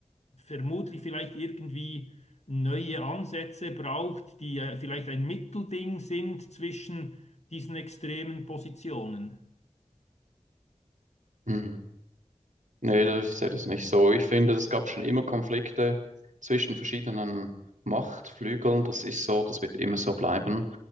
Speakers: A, on the left; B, on the right.
A: vermutlich vielleicht irgendwie neue Ansätze braucht, die äh, vielleicht ein Mittelding sind zwischen diesen extremen Positionen.
B: hm. Nee, das- ich sehe das nicht so. Ich finde, es gab schon immer Konflikte zwischen verschiedenen Machtflügeln. Das ist so, das wird immer so bleiben.